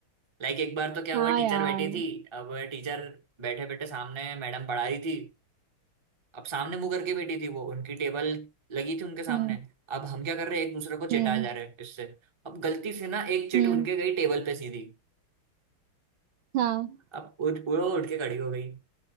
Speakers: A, on the right; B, on the right.
A: लाइक एक बार तो क्या
B: हाँ
A: हुआ टीचर
B: यार
A: बैठी थी अब टीचर बैठे बैठे सामने मैडम पढ़ा रही थी अब सामने मुंह करके बैठी थी वो उनकी टेबल लगी थी उनके सामने
B: हम्म
A: अब हम क्या कर रहे हैं एक दूसरे को चिढ़ाए
B: हम्म
A: जा रहे हैं इससे अब गलती से ना एक चिट
B: हम्म
A: उनके गई टेबल पे सीधी
B: हाँ
A: अब उठ वो उठ के खड़ी हो गई